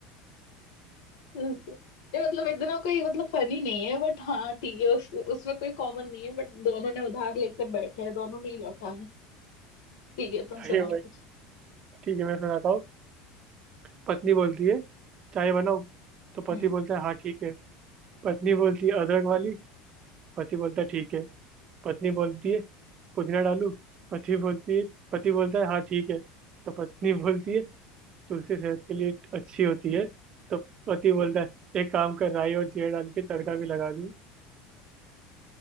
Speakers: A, on the left; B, on the right.
A: मतलब ये मतलब इतना कोई मतलब फनी नहीं है बट हाँ ठीक है उस, उसमें कोई कॉमन नहीं है बट दोनों ने उधार लेकर बैठे हैं दोनों ने ही लौटा है ठीक है तुम
B: भाई
A: सुनाओ
B: भाई
A: कुछ
B: ठीक है मैं सुनाता हूँ पत्नी बोलती है चाय बनाओ तो पति
A: हम्म
B: बोलता है हाँ ठीक है पत्नी बोलती है अदरक वाली पति बोलता है ठीक है पत्नी बोलती है पुदीना डालूं पति बोलती है पति बोलता है हाँ ठीक है तो पत्नी बोलती है तुलसी सेहत के लिए अच्छी होती है तो पति बोलता है एक काम कर राई और जीरा डाल के तड़का भी लगा दूं